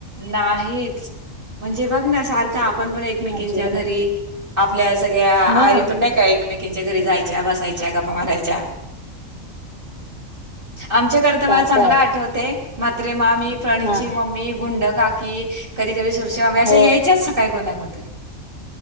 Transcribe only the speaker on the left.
अजिबात
हा
काय
काय
हा
हो